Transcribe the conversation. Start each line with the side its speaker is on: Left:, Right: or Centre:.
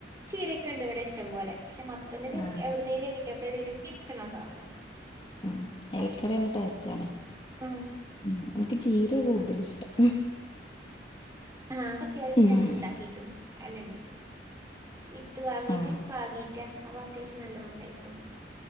Right: ചീരക്ക ണ്ട് ഇവടെ ഇഷ്ടം പോലെ. പക്ഷെ മത്തൻ്റെലിം
Left: ആ
Right: എവ്ട്ന്നേലും കിട്ടിയപ്പ്ളെ അയ്ൻ കിട്ട്യ. ഇൻക്ക് ഇഷ്ടാണാ ആഹ് സാധനം.
Left: ആഹ് എലക്കറി നല്ല ടേസ്റ്റ് ആണ്
Right: ഉം
Left: ഉം. ഇൻക്ക് ചീരേ കൂടുതല് ഇഷ്ടം.
Right: ആഹ് അത്യാവശ്യം
Left: ഉം
Right: ഞാൻ ഇവടെ ണ്ടാക്കിക്ക്ണ് അഹന്നെ ണ്ട്. വിത്ത് വാങ്ങീട്ട്
Left: ആ
Right: പാകീറ്റാ അവ അത്യാവശ്യം നല്ലോണം ണ്ടായിക്ക്ണ്.